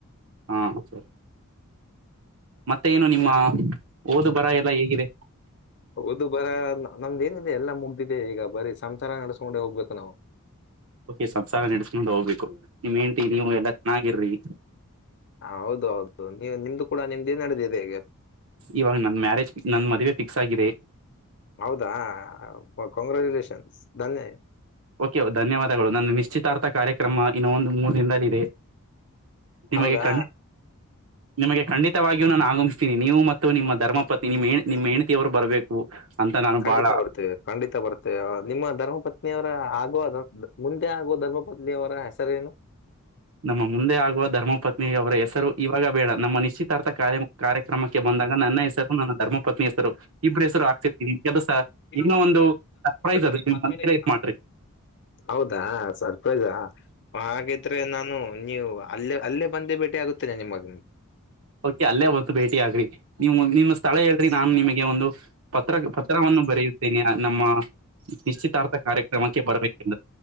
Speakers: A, on the right; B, on the left.
A: ಹಾ ಸರಿ ಮತ್ತೆ ಏನು ನಿಮ್ಮ ಓದು ಬರಹ ಎಲ್ಲ ಹೇಗಿದೆ.
B: ಓದು ಬರಹ ನಮ್ದ ಏನಿದೆ ಎಲ್ಲ ಮುಗ್ದಿದೆ ಈಗ ಬರೀ ಸಂಸಾರ ನಡ್ಸ್ಕೊಂಡೆ ಹೋಗ್ಬೇಕು ನಾವು.
A: ಓಕೆ ಸಂಸಾರ ನಡಸ್ಕೊಂಡು ಹೋಗ್ಬೇಕು ನಿಮ್ ಹೇಣ್ತಿ ನೀವು ಎಲ್ಲಾ ಚೆನ್ನಾಗಿರ್ರಿ.
B: ಹ ಹೌದೌದು ನೀವು ನಿಮ್ದು ಕೂಡ ನಿಮ್ದ್ ಏನ್ ನಡೆದಿದೆ ಈಗ.
A: ಇವಾಗ ನಮ್ ಮ್ಯಾರೇಜ್ ನನ್ ಮದುವೆ ಫಿಕ್ಸ್ ಆಗಿದೆ.
B: ಹೌದಾ ಕ ಕಂಗ್ಗ್ರಾಚುಲೇಷನ್ಸ್ ಧನ್ಯ
A: ಓಕೆ ಧನ್ಯವಾದಗಳು ನನ್ನ ನಿಶ್ಚಿತಾರ್ಥ ಕಾರ್ಯಕ್ರಮ ಇನವೊಂದು ಮೂರು ದಿನದಲ್ಲಿ ಇದೆ. ನಿಮಗೆ
B: ಹೌದಾ
A: ಕಳಿ ನಿಮಗೆ ಖಂಡಿತವಾಗಿಯೂ ನಾನು ಆಗಮಿಸ್ತೀನಿ ನೀವು ಮತ್ತು ನಿಮ್ಮ ಧರ್ಮಪತ್ನಿ ನಿಮ ಹಣ್ತಿ ನಿಮ್ಮ ಹೆೇಣ್ತಿಯವರು ಬರಬೇಕು. ಅಂತ ನಾನು
B: ಖಂಡಿತ
A: ಬಾಳ.
B: ಬರ್ತೇವೆ ಖಂಡಿತ ಬರುತ್ತೆ ನಿಮ್ಮ ಧರ್ಮ ಪತ್ನಿಯವರ ಆಗುವ ಮುಂದೆ ಆಗುವ ಧರ್ಮ ಪತ್ನಿಯವರ ಹೆಸರೇನು.
A: ನಮ್ಮ ಮುಂದೆ ಆಗುವ ಧರ್ಮಪತ್ನಿ ಅವರ ಹೆಸರು ಇವಾಗ ಬೇಡ ನಮ್ಮ ನಿಶ್ಚಿತಾರ್ಥ ಕಾರ್ಯ ಕಾರ್ಯಕ್ರಮಕ್ಕೆ ಬಂದಾಗ. ನನ್ನ ಅನ್ನ ಹೆಸರು ನನ್ನ ಧರ್ಮಪತ್ನಿ ಹೆಸರು ಇಬ್ರ ಹೆಸರು ಹಾಗ್ಸಿರ್ತೀನಿ ಕೆಲಸ
B: ಇನ್ನೂ
A: ಇನ್ನ ಒಂದು ಸರ್ಪ್ರೈಸ್ ಅದು
B: ನೀವು
A: ನಿಮ್
B: ಮದ್ಮೇಲೆ
A: ಮನ್ಸಲ್ಲೇ
B: ಇದು ಮಾಡಿ
A: ಮಾಡ್ರಿ.
B: ಹೌದಾ ಸರ್ಪ್ರೈಜಾ. ಹಾಗಿದ್ರೆ ನಾನು ನೀವು ಅಲ್ಲೇ ಅಲ್ಲೇ ಬಂದೇ ಭೇಟಿ ಆಗುತ್ತೇನೆ ನಿಮಗೆ.
A: ಓಕೆ ಅಲ್ಲೇ ಒತ್ತು ಭೇಟಿ ಆಗ್ರಿ ನೀವು ನಿನ್ನ ಸ್ಥಳ ಹೇಳ್ರಿ ನಾನು ನಿಮಗೆ ಒಂದು. ಪತ್ರ ಪತ್ರವನ್ನು ಬರೆಯುತ್ತೇನೆ ನಮ್ಮ ನಿಶ್ಚಿತಾರ್ಥ ಕಾರ್ಯಕ್ರಮಕ್ಕೆ ಬರಬೇಕೆಂದು.